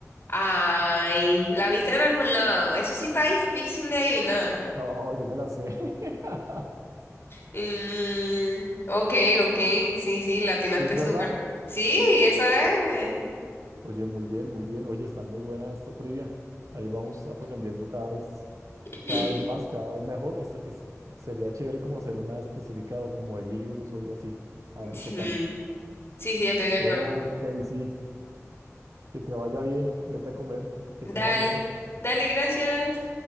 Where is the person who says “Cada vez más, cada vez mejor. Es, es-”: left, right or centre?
Right